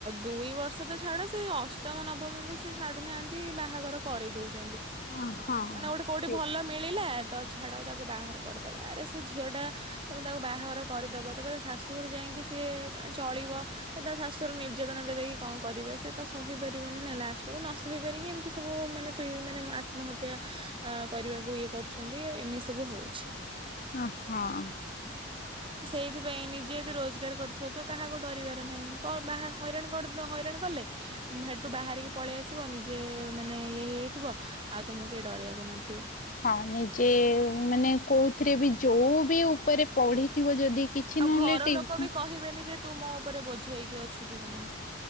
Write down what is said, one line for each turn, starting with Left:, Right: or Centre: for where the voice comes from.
Right: ଦୁଇ ବର୍ଷ ତ ଛାଡ, ସେ ଅଷ୍ଟମ ନବମ ବି ସେ ଛାଡୁନାହାନ୍ତି, ବାହାଘର କରେଇ ଦଉଚନ୍ତି।
Left: ଅ ହଁ।
Right: ମାନେ ଗୋଟେ କୋଉଠି
Left: ଠିକ୍।
Right: ଭଲ ମି ମିଳିଲା, ତ ଛାଡ ତାକୁ ବାହାଘର କରିଦବା, ଆରେ ସେ ଝିଅ ଟା, ତମେ ତାକୁ ବାହାଘର କରିଦବ, ତାପରେ ଶାଶୁଘରେ ଯାଇକି ସିଏ ମାନେ ଚଳିବ ସେ ତା ଶାଶୁରର ନିର୍ଯାତନା ଦେବେ କି, କଣ କରିବେ, ସେ ତ ସହିପାରିବନି ନା, ଲାଷ୍ଟକୁ ନ ସହିପାରି ଏମତି ସବୁ ମାନେ ଇ ମାନେ ଆତ୍ମହତ୍ୟା ଅ କରିବାକୁ ଇଏ କରୁଚନ୍ତି, ଏମିତି ସବୁ ହଉଚି।
Left: ଅଁହଁ।
Right: ତ ସେଇଥିପାଇଁ ନିଜେ ଯଦି ରୋଜଗାର କରିଥିବତ କାହାକୁ ଡରିବା ନାଇଁ କଣ ବାହା ହଇରାଣ ହଇରାଣ କଲେ ସେଠୁ ବାହାରିକି ପଳେଇ ଆସିବ ନିଜେ ମାନେ ଇଏ ହେଇଯାଇଥିବ ଆଉ ତମକୁ କେହି ଡରିବାକୁ ନଥିବେ।
Left: ହଁ ନିଜେ ମାନେ କୋଉଥିରେ ଳବି ଯୋଉବି ଉପରେ ପଢିଥିବ ଯଦି କିଛି
Right: ଆଉ
Left: ନହେଲେ
Right: ଘର
Left: ଟିଉସନ
Right: ଲୋକବି କହିବେନିଯେ ତୁମୋ ଉପରେ ବୋଝ ହେଇକି ଅଛୁ କିକଣ।